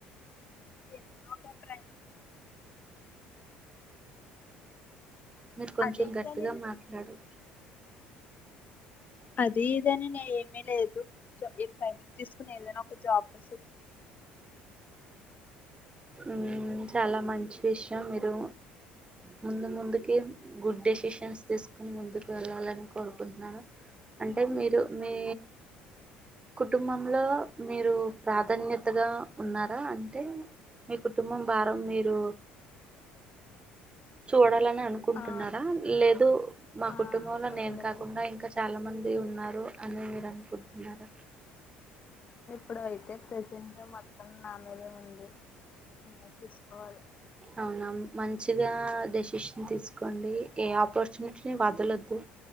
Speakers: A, on the left (about 35°); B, on the right (about 20°).
A: <unintelligible>
B: మీరు కొంచెం
A: అదే ఇదని
B: గట్టిగా
A: లేదు
B: మాట్లాడు
A: అది ఇదని నే ఏమి లేదు ఏ ట్రైనింగ్ తీసుకుని ఏదైనా ఒక జాబ్ లో సెటిల్ చాలు.
B: ఊ చాలా మంచి విషయం మీరు ముందు ముందుకి గుడ్ డెసిషన్స్ తీసుకొని ముందుకు వెళ్ళాలని కోరుకుంటున్నాను అంటే మీరు మీ కుటుంబంలో మీరు ప్రాధాన్యతగా ఉన్నారా అంటే మీ కుటుంబం బారం మీరు చూడాలని అనుకుంటున్నారా
A: ఆ
B: లేదు మా
A: ఆ
B: కుటుంబంలో
A: ఉందండి
B: నేను కాకుండా ఇంకా చాలా మంది ఉన్నారు అని మీరు అనుకుంటున్నారా
A: <inaudible> ప్రజెంటు నాకైతే అవును నా మీదే ఉంది నేనే చూసుకోవాలి
B: అవునా మంచిగా డెసిషన్ తీసుకోండి ఏ ఆపర్చునిటీని వదలద్దు